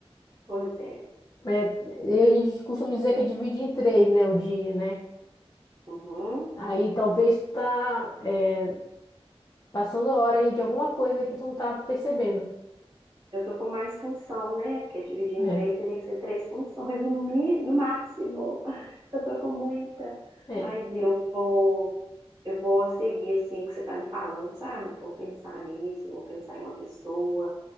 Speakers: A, on the right; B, on the left.
A: Pois é.
B: É, eles costumam dizer que é divide em três, né, o dia, né?
A: Uhum.
B: Aí talvez tu tá é, passando a hora aí de alguma coisa que tu não tá percebendo.
A: Eu tô com mais função, né? Porque dividir em
B: É,
A: três teria que ser três funções no, mi, no máximo. <laughs> Eu tô com muita.
B: é,
A: Mas eu vou, eu vou seguir assim o que você tá me falando, sabe? Vou pensar nisso, vou pensar em uma pessoa